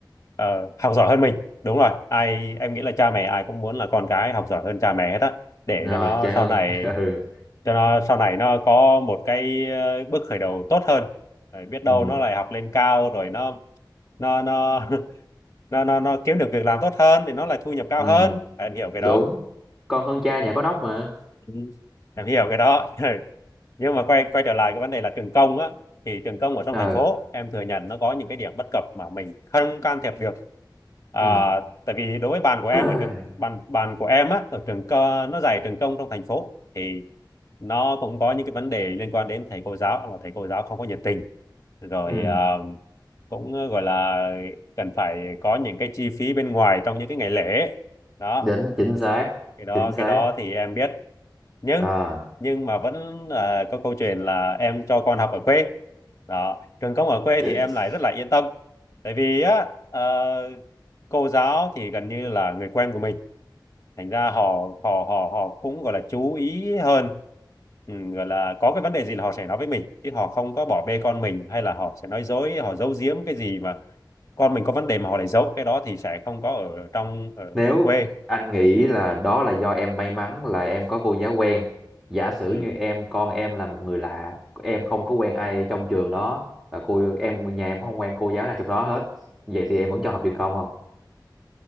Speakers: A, on the left; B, in the centre.
A: ờ, học giỏi hơn mình đúng rồi ai em nghĩ là cha mẹ ai cũng muốn là con cái học giỏi hơn cha mẹ hết á để
B: rồi
A: cho nó
B: cha
A: sau
B: hơn
A: này
B: <laughs> ừ
A: cho nó sau này nó có một cái ờ, bước khởi đầu tốt hơn Rồi biết đâu
B: ừ
A: nó lại học lên cao rồi nó nó nó <laughs> nó nó nó kiếm được việc làm tốt hơn thì nó lại thu nhập cao
B: ừ
A: hơn em hiểu cái
B: đúng
A: đó
B: con hơn cha nhà có nóc mà
A: Ừ, em hiểu cái đó <laughs> Ừ. nhưng mà quay quay trở lại cái vấn đề là trường công á thì trường công ở trong
B: ừ
A: thành phố em thừa nhận nó có những cái điểm bất cập mà mình không can thiệp được à,
B: ừ
A: tại vì đối với bàn của em
B: <clears throat>
A: ở trường bàn bàn của em á ở trường co, nó dạy trường công trong thành phố thì nó cũng có những cái vấn đề liên quan đến thầy cô giáo là thầy cô giáo không có nhiệt tình rồi
B: ừ
A: à, cũng gọi là cần phải có những cái chi phí bên ngoài trong những cái ngày lễ đó
B: đỉnh chính xác
A: cái đó
B: chính xác
A: cái đó thì em biết nhưng
B: à
A: nhưng mà vẫn là có câu chuyện là em cho con học ở quê đó trường công ở quê
B: <laughs>
A: thì em lại rất là yên tâm tại vì á ờ, cô giáo thì gần như là người quen của mình thành ra họ họ họ họ cũng gọi là chú ý hơn ừ, gọi là có cái vấn đề gì là họ sẽ nói với mình chứ họ không có bỏ bê con mình hay là họ sẽ nói dối họ giấu giếm cái gì mà con mình có vấn đề mà họ lại giấu cái đó thì sẽ không có ở trong ở,
B: Nếu
A: ở quê
B: anh nghĩ là đó là do em may mắn là em có cô giáo quen, giả sử
A: ừ.
B: như em con em là một người lạ, em không có quen ai trong trường đó và cô em nhà em không quen cô giáo nào trong đó hết. Vậy thì em vẫn cho học trường công không?